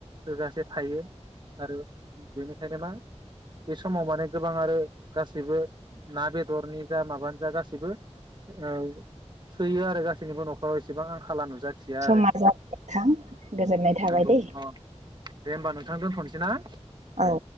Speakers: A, on the right; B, on the right.
A: थोजासे थायो। आरो बेनिखायनो मा बे समाव माने गोबां आरो गासैबो ना बेदरनि जा माबानि जा गासैबो औ थोयो आरो गासो जेनेबा नखराव इसेबां खाला नुजाथिया
B: समा
A: आरो
B: जाबाय नोंथां गोजोननाय थाबाय
A: नंगौ
B: दै
A: अ दे ओमबा नोंथां दोनथ'नोसै ना
B: औ
A: दे